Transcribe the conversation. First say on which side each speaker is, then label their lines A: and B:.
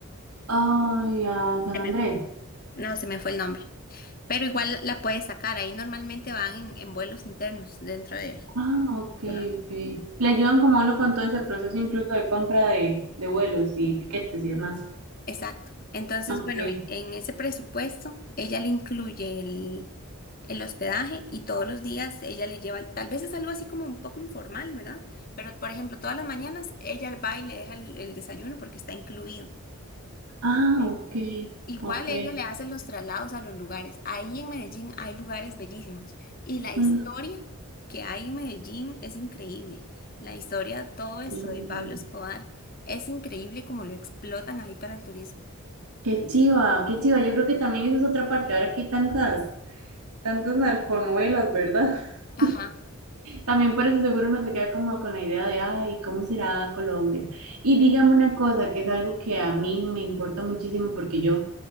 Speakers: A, on the right (about 85°); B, on the left (about 40°).
A: Ay, a San
B: Se
A: Andrés.
B: me- No, se me fue el nombre, pero igual la puede sacar, ahí normalmente van en, en vuelos internos dentro de...
A: Ah, ok,
B: Colombia.
A: ok. Le ayudan como a uno con todo ese proceso incluso de compra de, de vuelos y tiquetes y demás.
B: Exacto. Entonces,
A: Ok.
B: bueno, en en ese presupuesto, ella le incluye el, el hospedaje y todos los días ella le lleva, tal vez es algo así como un poco informal, ¿verdad? Pero, por ejemplo, todas las mañanas ella va y le deja el, el desayuno porque está incluido.
A: Ah,
B: Eh,
A: ok,
B: Igual
A: ok.
B: ella le hace los traslados a los lugares. Ahí en Medellín hay lugares bellísimos y la historia
A: Mm,
B: que hay en Medellín es increíble. La historia, todo eso
A: mm,
B: de Pablo Escobar, es increíble como lo explotan ahí para el turismo.
A: Qué chiva, qué chiva. Yo creo que también esa es otra parte. Ahora que hay tantas, tantas narconovelas, ¿verdad? <laughs>
B: Ajá.
A: También por eso seguro uno se queda como con la idea de, ay, ¿cómo será Colombia? Y dígame una cosa, que es algo que a mí me importa muchísimo porque yo